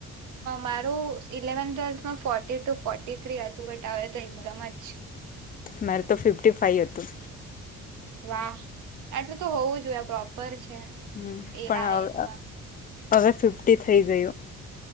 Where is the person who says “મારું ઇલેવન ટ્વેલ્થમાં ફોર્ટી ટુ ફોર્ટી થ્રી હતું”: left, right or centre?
Right